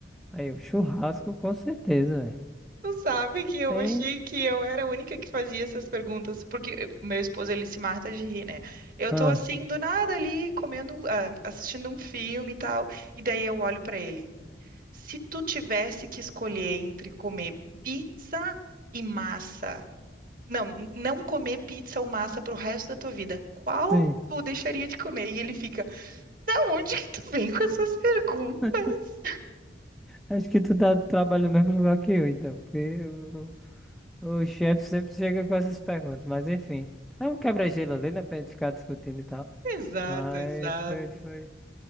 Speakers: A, in the centre; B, on the right (about 50°).
A: Aí, o churrasco, com certeza, velho.
B: Tu sabe que eu
A: Bem.
B: achei que eu era a única que fazia essas perguntas, porque eu- meu esposo, ele se mata de rir, né? Eu
A: Ah,
B: tô assim, do nada ali, comendo, um- ah, assistindo um filme e tal, e daí eu olho pra ele. Se tu tivesse que escolher entre comer pizza e massa, não, n- não comer pizza ou massa pro resto da tua vida, qual
A: sim.
B: tu deixaria de comer? E ele fica, da onde que tu vem com essas perguntas?
A: <laughs>
B: <laughs>
A: Acho que tu tá trabalhando no mesmo lugar que eu, então. Porque o, o chefe sempre chega com essas perguntas. Mas enfim. É um quebra-gelo ali, né? Pra gente ficar discutindo e tal.
B: Exato,
A: Aí
B: exato.
A: foi, foi.